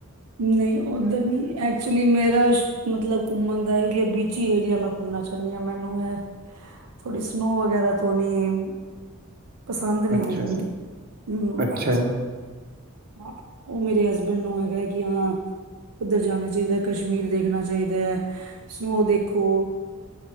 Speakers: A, on the right (about 85°); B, on the right (about 40°).
A: ਨਈ ਉੱਧਰ ਨੀ, ਏਧ ਐਕਚੁਲੀ ਮੇਰਾ, ਮਤਲਬ ਘੁੰਮਣ ਦਾ ਏਰੀਆ, ਬੀਚੀ ਏਰੀਆ ਮੈਂ ਘੁੰਮਣਾ ਚਾਹੁੰਦੀ ਆਂ। ਮੈਂਨੂੰ ਇਹ ਥੋੜ੍ਹੀ ਸਨੋ ਵਗੈਰਾ ਤੋਂ ਨੀਂ ਪਸੰਦ ਨੀ
B: ਅੱਛਾ
A: ਹੈ ਮੈਨੂੰ। ਹੂੰ
B: ਅੱਛਾ ਜੀ।
A: ਹਾਂ, ਉਹ ਮੇਰੇ ਹਸਬੈਂਡ ਨੂੰ ਹੈਗਾ ਕਿ ਹਾਂ ਉੱਧਰ ਜਾਣਾ ਚਾਹੀਦਾ। ਕਸ਼ਮੀਰ ਦੇਖਣਾ ਚਾਹੀਦਾ। ਸਨੋ ਦੇਖੋ।